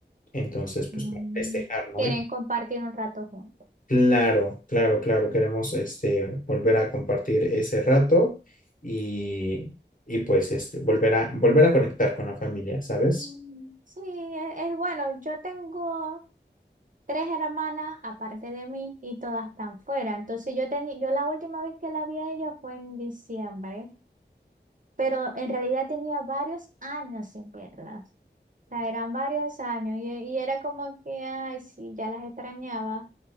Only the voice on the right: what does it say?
Mm,
Quieren
compartir un rato juntos.
Mm, Sí, es, es bueno. Yo tengo tres hermanas aparte de mí y todas están fuera. Entonces yo tenía, yo la última vez que la vi a ella fue en diciembre, pero en realidad tenía varios años sin verlas. O sea, eran varios años y, y era como que, ay, sí, ya las extrañaba.